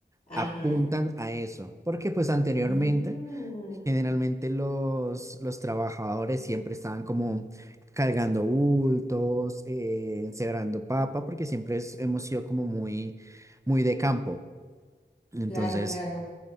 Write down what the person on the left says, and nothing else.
Ajá.
Ah,
claro, claro.